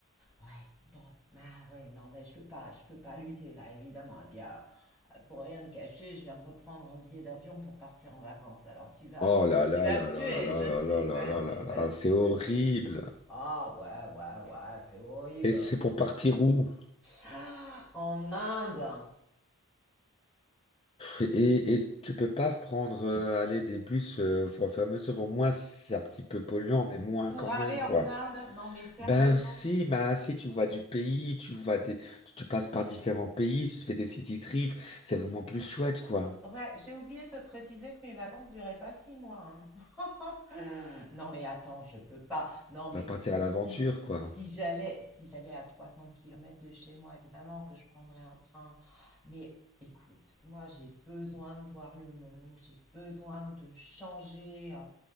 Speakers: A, in the centre; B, on the left.
A: Ouais, bon, bah ouais, non, mais je peux pas, je peux pas lutter là, évidemment. Et puis alors, euh, pour rien te cacher, je viens de reprendre un billet d'avion pour partir en vacances. Alors tu vas,
B: Oh là
A: tu
B: là
A: vas
B: là
A: me tuer,
B: là là là
A: je
B: là
A: sais,
B: là là
A: je
B: là
A: sais,
B: là là,
A: je
B: c'est
A: sais,
B: horrible.
A: je sais. Ah ouais, ouais, ouais, c'est horrible.
B: Et c'est pour partir où?
A: Ah, en Inde.
B: Et, et tu peux pas prendre euh, aller des bus euh, au fur et à mesure, au moins c'est un petit peu polluant, mais moins
A: Pour
B: quand
A: aller
B: même,
A: en
B: quoi.
A: Inde, non mais sérieusement.
B: Ben aussi, ben si tu vois du pays, tu vois des. Tu, tu passes par différents pays, tu te fais des city trips, c'est vraiment plus chouette, quoi.
A: Ouais, j'ai oublié de te préciser que mes vacances duraient pas six mois, hein. Euh, Non, mais attends, je peux pas. Non, mais
B: Ben, partir
A: si,
B: à l'aventure,
A: si,
B: quoi.
A: si j'allais, si j'allais à 300 km de chez moi, évidemment que je prendrais un train. Mais écoute, moi, j'ai besoin de voir le monde, j'ai besoin de changer euh,